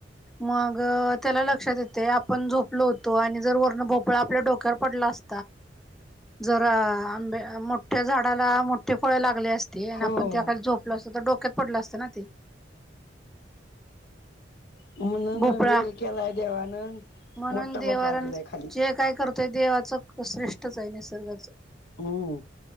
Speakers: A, in the centre; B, on the left.
A: मग त्याला लक्षात येते आपण झोपलो होतो आणि जर वर्ण भोपळा आपल्या डोक्यावर पडला अस जरा आंब मो त्या झाडाला मोठे फळे लागले असते आणि
B: हो
A: आपण तेखाली झोपलं असत तर डोक्यात पडलं असतं ना ते
B: म्हणून
A: भोपळा
B: वेल केलाय देवानं
A: म्हणून
B: मोठा
A: देव
B: भोपळा दिलाय खाली
A: जे काय करत ते देवाचं श्रेष्ठच आहे. निसर्गाचं.
B: हं.